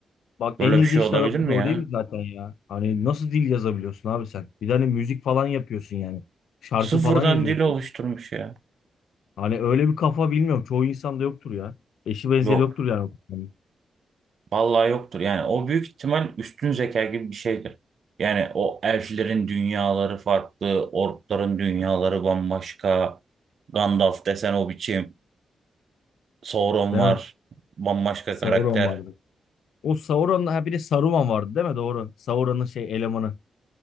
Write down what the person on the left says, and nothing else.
Bak
en ilginç
tarafı
da o
değil mi zaten ya? Hani nasıl dil yazabiliyorsun abi sen? Bir tane müzik falan yapıyorsun yani. Şarkı
falan yazıyorsun.
Hani öyle bir kafa bilmiyorum. Çoğu insanda yoktur ya. Eşi benzeri
yoktur yani. o kafanın.
Değil
mi?
Sauron
vardı. O Sauron'la ha bir de Saruman vardı değil mi? Doğru. Sauron'un şey elemanı.